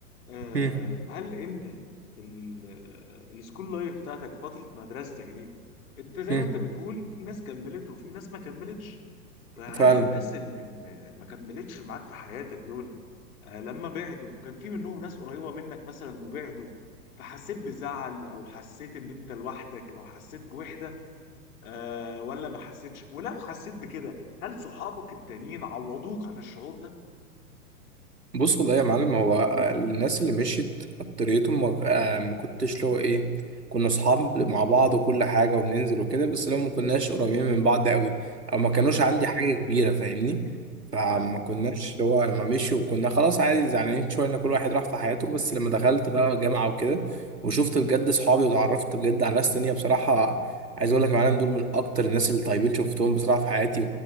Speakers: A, on the left (about 60°); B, on the right (about 85°).
A: آه،
B: مم.
A: هل انت في ال- آه، السكول لايف بتاعتك فتره مدرستك دي انت زي
B: مم.
A: ما انت بتقول في ناس كملت وفي ناس ما كملتش فهل
B: فعلا
A: الناس اللي اللي ما كملتش معاك في حياتك دول آه، لما بعدوا كان في منهم ناس قريبه منك مثلا وبعدوا فحسيت بزعل او حسيت ان انت لوحدك او حسيت بوحده أه ولا ما حسيتش ولو حسيت بكده هل صحابك التانيين عوضوك عن الشعور ده
B: بص والله يا معلم هو الناس اللي مشيت اكتريتهم ما آه، ما كنتش له ايه كنا اصحاب مع بعض وكل حاجه وبننزل وكده بس لو ما كناش قريبين من بعض قوي او ما كانوش
A: ايوه
B: عندي حاجه كبيره فاهمني فما
A: فاهمك
B: كناش اللي هو لما مشوا كنا خلاص عادي زعلانين شويه ان كل واحد راح في حياته بس لما دخلت بقى جامعه وكده وشفت بجد اصحابي واتعرفت بجد على ناس تانية بصراحه عايز اقول لك يا معلم دول من اكتر الناس اللي طيبين شفتهم بصراحه في حياتي